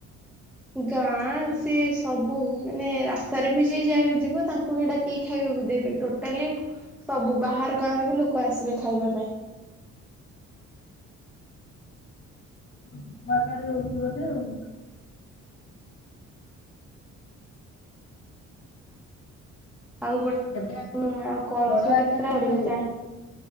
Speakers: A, in the centre; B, on the left.
A: ଗାଁ ସିଏ ସବୁ ମାନେ ରାସ୍ତାରେ ବି ଯିଏ ଯାଏ ଯିବ ତାଙ୍କୁ ବି ଡାକି ଖାଇବାକୁ ଦେବେ। ଟୋଟାଲି ସବୁ ବାହାର ଗାଁରୁ ବି ଲୋକ ଆସିବେ ଖାଇବା ପାଇଁ।
B: ବହୁତ ବଡ଼ ଆକାରରେ ହଉଛି ବୋଧେ ଆଉ।
A: ଆଉ ଗୋଟେ
B: ବଡ
A: ହୁଁ ଆଉ କଳସ
B: ବଡ
A: ଯାତ୍ରା
B: ଆକାରରେ ପୁରା
A: କରିବେ
B: ହଉଛି।
A: ଚାହିଁ